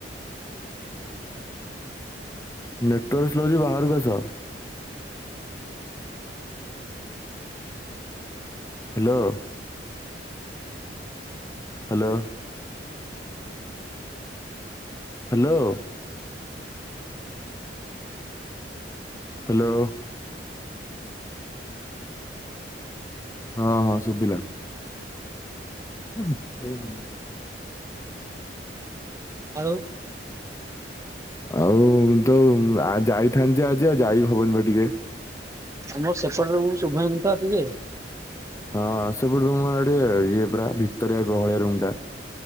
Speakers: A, on the left; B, on the right.
A: ନେଟୱାର୍କ ସ୍ଲୋ ଅଛି ବାହାରକୁ ଆସ। ହ୍ୟାଲୋ। ହ୍ୟାଲୋ। ହ୍ୟାଲୋ। ହ୍ୟାଲୋ। ହଁ ହଁ ଶୁବିଲା। <unintelligible>
B: ଆଉ।
A: ଆଉ ତ ଆ ଯାଇଥାନ୍ତି ଯେ ଆଜି ଆଉ ଯାଇହବନି ବା ଟିକେ।
B: ଆମ ସେପଟରୁ <unintelligible>
A: ହଁ ସେପଟେ ରୁମ୍ ପା ଟିକେ ଇଏ ପରା ଭିତରିଆ ଗହଳିଆ ରୁମ୍ ଟା।